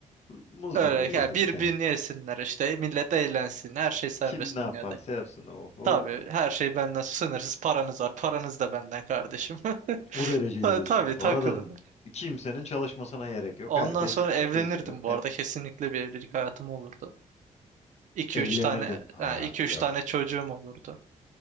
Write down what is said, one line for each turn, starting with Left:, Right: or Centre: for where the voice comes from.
Left: Muz
Right: Öyle
Left: Cumhuriyeti
Right: ya birbirini
Left: bir tane.
Right: yesinler işte millet eğlensin her şey serbest
Left: Kim ne
Right: dünyada.
Left: yaparsa yapsın. Oho.
Right: Tabii her şey benden sınırsız paranız var paranız da benden kardeşim. <laughs>
Left: O derece
Right: Ta-
Left: diyorsun.
Right: Tabii
Left: Para
Right: takılın.
Left: da kimsenin çalışmasına gerek yok.
Right: Ondan
Left: Herkes
Right: sonra evlenirdim
Left: geziyor.
Right: bu
Left: E,
Right: arada kesinlikle bir evlilik hayatım olurdu. 2
Left: evlenirdin.
Right: üç tane
Left: Aa
Right: ha, 2-3
Left: yok.
Right: tane çocuğum olurdu.